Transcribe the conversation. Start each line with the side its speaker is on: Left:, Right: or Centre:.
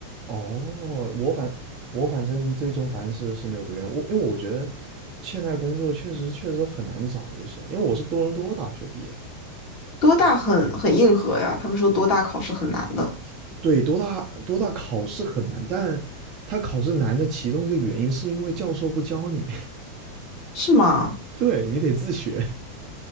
Right: 哦，我反我反正最终反正是是没有读研，我因为我觉得现在工作确实确实很难找，就是因为我是多伦多大学毕业的，
Left: 多大很很硬核呀，他们说多大考试很难的，
Right: 对，多大多大考试很难，但他考试难的其中一个原因是因为教授不教你，
Left: 是吗？
Right: <laughs> 对你得自学。